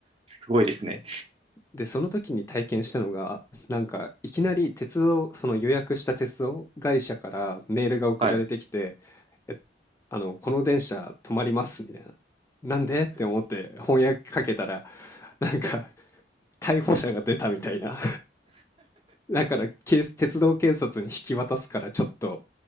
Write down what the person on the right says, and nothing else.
すごいですね。
はい。